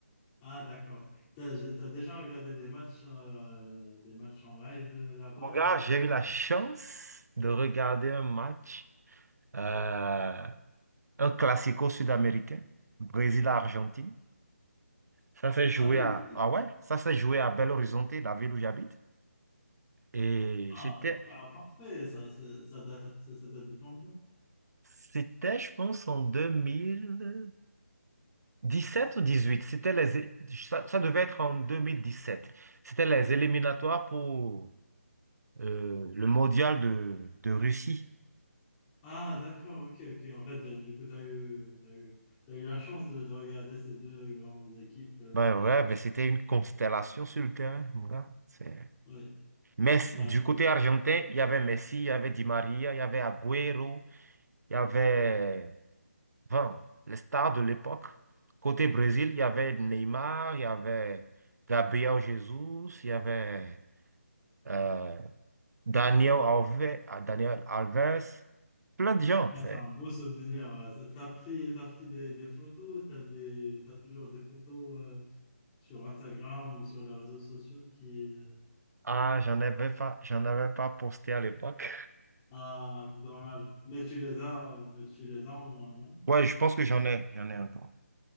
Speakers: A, on the left (about 15°); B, on the right (about 80°).
A: Ah d'accord. T'as, je- t'as déjà regardé des matchs, euh, des matchs en live euh, là-bas?
B: Mon gars, j'ai
A: euh
B: eu la chance de regarder un match. euh, un classico sud-américain, Brésil-Argentine. Ça s'est joué
A: Ah oui!
B: à, ah ouais, ça s'est joué à Belo Horizonte, la ville où j'habite. Et
A: Ah,
B: c'était,
A: parfait, ah, parfait. Ça, ça, ça date, ça, ça date de combien?
B: c'était, je pense, en deux mille dix sept ou 18. C'était les, ça, ça devait être en 2017. C'était les éliminatoires pour euh, le mondial de, de Russie.
A: Ah, d'accord, ok, ok. En fait, euh, du coup, tu as eu, t'as eu, t'as eu la chance de, de regarder ces deux grandes équipes. euh,
B: Ben ouais, ben c'était une constellation sur le terrain, mon gars. C'est-
A: ouais.
B: Mais c-
A: Ah,
B: du côté
A: c'est
B: argentin, il y avait Messi, il y avait Di Maria, il y avait Agüero. Il y avait 20, les stars de l'époque. Côté Brésil, il y avait Neymar, il y avait Gabriel Jesus, il y avait euh, Daniel
A: ah, c'est un,
B: Alves, ah, Daniel Alves, plein de gens.
A: ah,
B: C'est...
A: c'est un beau souvenir. ouais. Ça- T'as pris, t'as pris des, des photos, t'as des, t'as toujours des photos euh, sur Instagram ou sur les réseaux sociaux qui... euh,
B: Ah, j'en avais pas, j'en avais pas posté à l'époque.
A: Ah, dommage. Mais tu les as, euh, mais tu les as au moins, non?
B: Ouais, je pense que j'en ai, j'en ai encore